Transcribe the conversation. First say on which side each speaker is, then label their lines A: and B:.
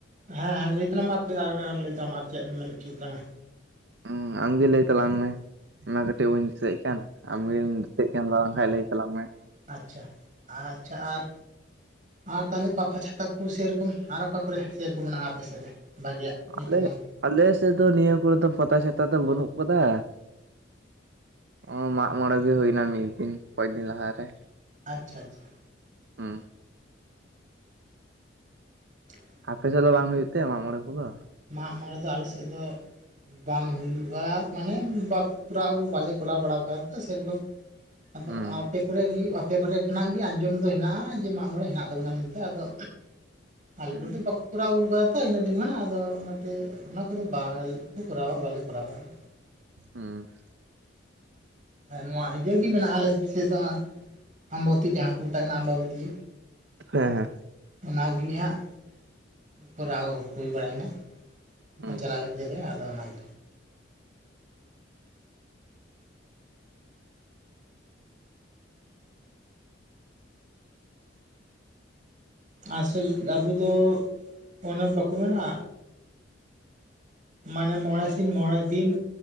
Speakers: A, on the right; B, on the right.
A: ᱦᱮᱸ ᱦᱮᱸ ᱞᱟᱹᱭ ᱛᱟᱞᱟᱝ ᱢᱮ ᱟᱨ <inaudible> ᱞᱟᱹᱭ ᱛᱟᱢ ᱟᱨ ᱪᱮᱜ ᱮᱢ ᱢᱮᱱ ᱚᱪᱩᱭᱮᱜ ᱛᱟᱞᱟᱝᱟ᱾
B: ᱩᱸ ᱟᱢᱜᱮ ᱞᱟᱹᱭ ᱛᱟᱞᱟᱝ ᱢᱮ ᱚᱱᱟ ᱠᱟᱹ ᱴᱤᱜ ᱵᱟᱹᱧ ᱫᱤᱥᱟᱹ ᱮᱠᱷᱟᱱ ᱟᱢᱜᱮᱢ ᱫᱤᱥᱟᱹ ᱮᱠᱷᱟᱱ <inaudible> ᱞᱟᱹᱭ ᱛᱟᱞᱟᱝ ᱢᱮ᱾
A: ᱟᱪᱪᱷᱟ, ᱟᱪᱪᱷᱟ, ᱟᱨ ᱟᱨ ᱛᱟᱦᱚᱞᱮ ᱯᱟᱛᱟ ᱪᱷᱟᱛᱟ ᱠᱩ ᱥᱮ ᱨᱚᱠᱚᱢ ᱟᱨ ᱚᱠᱟ ᱠᱚᱨᱮ ᱥᱮᱨ ᱠᱚ ᱢᱮᱱᱟᱜᱼᱟ ᱟᱯᱮ ᱥᱮᱫ ᱨᱮ ᱵᱷᱟᱜᱤᱭᱟᱜ᱾ ᱧᱩᱛᱩᱢᱟᱱ
B: ᱟᱞᱮ ᱟᱞᱮ ᱥᱮ ᱫᱚ ᱱᱤᱭᱟᱹ ᱠᱚᱨᱮ ᱫᱚ ᱯᱟᱛᱟ ᱪᱷᱟᱛᱟ ᱫᱚ ᱵᱟᱹᱱᱩᱜ ᱠᱟᱫᱟ᱾ ᱚᱸ ᱢᱟᱜ ᱢᱚᱬᱮ ᱜᱮ ᱦᱩᱭᱱᱟ ᱢᱤᱫ ᱫᱤᱱ ᱠᱚᱭᱮᱠ ᱫᱤᱱ ᱞᱟᱦᱟ ᱨᱮ᱾
A: ᱟᱪᱪᱷᱟ ᱟᱪᱪᱷᱟ᱾
B: ᱩᱸ᱾
A: <inaudible>
B: ᱟᱯᱮ ᱥᱮᱜ ᱫᱚ ᱵᱟᱝ ᱦᱩᱭᱩᱜ ᱛᱮ ᱢᱟᱜ ᱢᱚᱬᱮ ᱠᱩᱫᱚ?
A: ᱢᱟᱜ ᱢᱚᱬᱮ ᱫᱚ ᱟᱞᱮ ᱥᱮᱜ ᱫᱚ ᱵᱟᱝ ᱦᱩᱭᱩᱜᱼᱟ ᱢᱟᱱᱮ ᱵᱟᱠ ᱯᱩᱨᱟ ᱟᱹᱜᱩ ᱵᱟᱞᱮ ᱠᱚᱞᱟᱣ ᱵᱟᱲᱟᱣ ᱠᱟᱫ ᱮᱸ ᱥᱮ ᱨᱚᱠᱚᱢ᱾ ᱟᱫᱚ
B: ᱦᱩᱸ
A: ᱟᱯᱮ ᱥᱮᱞᱮᱜ ᱜᱤ ᱦᱩᱭᱩᱜᱼᱟ᱾ ᱯᱮ ᱯᱚᱨᱮ ᱠᱷᱚᱱᱟᱜ ᱜᱤ ᱟᱸᱡᱚᱢ ᱫᱚ ᱦᱮᱱᱟᱜᱼᱟ ᱡᱮ ᱢᱟᱜᱽ ᱢᱚᱬᱮ ᱦᱮᱱᱟᱜ ᱛᱟᱵᱚᱱᱟ ᱢᱮᱱ ᱛᱮ, ᱟᱫᱚ ᱟᱞᱮ
B: ᱦᱩᱸ
A: ᱠᱚᱨᱮ ᱫᱚ ᱵᱟᱠᱚ ᱠᱚᱨᱟᱣ ᱟᱹᱜᱩᱣ ᱠᱟᱫᱟ ᱛᱚ ᱤᱱᱟᱹᱜ ᱫᱤᱱ ᱠᱷᱚᱱᱟᱜ, ᱟᱫᱚ ᱚᱱᱟ ᱛᱮ ᱚᱱᱟ ᱠᱚ ᱫᱚ ᱵᱟ ᱠᱩ ᱠᱚᱨᱟᱣᱟ ᱵᱟᱞᱮ ᱠᱚᱨᱟᱣ ᱦᱩᱭᱩᱜᱼᱟ᱾
B: ᱦᱩᱸ᱾
A: ᱮ ᱱᱚᱣᱟ ᱤᱭᱟᱹ ᱜᱤ ᱢᱮᱱᱟᱜᱼᱟ ᱟᱞᱮ ᱥᱮᱜ ᱫᱚ ᱟ-ᱟᱢᱵᱟᱣᱚᱛᱤ ᱡᱟᱦᱟᱸ ᱠᱩ ᱢᱮᱛᱟᱜ ᱠᱟᱱᱟ ᱟᱢᱵᱟᱵᱚᱛᱤ᱾
B: ᱦᱮᱸ ᱦᱮᱸ᱾
A: ᱚᱱᱟ ᱜᱤ ᱦᱟᱸᱜ ᱠᱚᱨᱟᱣ ᱦᱩᱭ ᱵᱟᱲᱟᱭ ᱱᱟ᱾ <unintelligible>
B: ᱦᱩᱸ
A: ᱟᱫᱚ ᱚᱱᱟ ᱜᱮ᱾ ᱟᱥᱚᱞ ᱟᱵᱩ ᱫᱚ ᱚᱱᱮ ᱵᱟᱠᱩ ᱢᱮᱱᱟ᱾ ᱢᱟᱱᱮ ᱢᱚᱬᱮ ᱥᱤᱧ ᱢᱚᱬᱮ ᱫᱤᱱ᱾